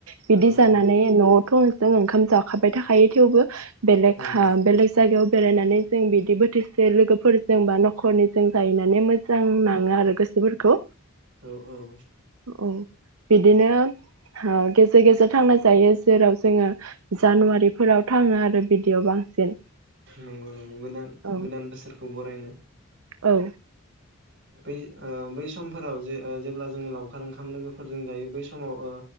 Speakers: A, on the right (about 75°); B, on the right (about 55°).
A: बिदि
B: औ
A: जानानै
B: औ
A: न फुंजों ओंखाम जाखाबाय थाखायो थेवबो बेलेग
B: नंगौ
A: हा बेलेग जायगायाव बेरायनानै जों बिदि बोथोरसे लोगोफोरजों बा नखरनिजों जाहैनानै मोजां नांङो आरो गोसोफोरखौ
B: औ औ
A: औ बिदिनो औ गेजेर गेजेर थांनाय जायो जेराव जोंङो जानुवारि फोराव थांङो आरो बिदियाव बांसिन
B: नंगौ नंगौ गोदान
A: औ
B: गोदान बोसोरखौ बरायनो
A: औ
B: बै ओ बै समफोराव जे जेब्ला जोङो लावखार ओंखाम लोगोफोरजों जायो बै समाव ओ